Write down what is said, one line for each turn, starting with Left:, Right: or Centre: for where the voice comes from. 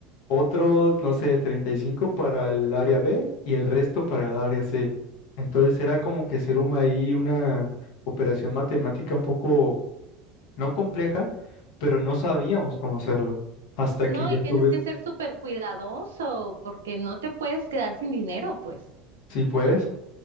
Left: otros, no sé, 35 para el área B y el resto para el área C. Entonces, era como que ser un, ahí una operación matemática un poco no compleja, pero no sabíamos cómo hacerlo. Hasta
Right: No,
Left: que ya
Right: y tienes
Left: tuve,
Right: que ser súper cuidadoso porque no te puedes quedar sin dinero, pues.
Left: sí, pues.